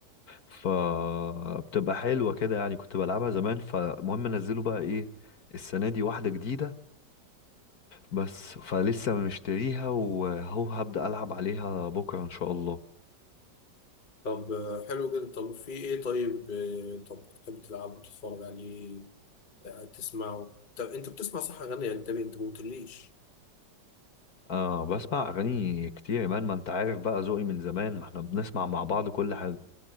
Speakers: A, on the left; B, on the left.
A: فبتبقى حلوه كده يعني كنت بلعبها زمان فالمهم نزلوا بقى ايه السنه دي واحده جديده بس فلسه مشتريها وهو هبدا العب عليها بكره ان شاء الله
B: طب آه، حلو جدا طب في ايه طيب آه، طب بتحب تلعب وتتفرج عليه آه، تسمعه طب انت بتسمع صح اغاني اجنبي انت ما قلتليش
A: اه بسمع اغاني كتير يا مان ما انت عارف بقى ذوقي من زمان ما احنا بنسمع مع بعض كل حاجه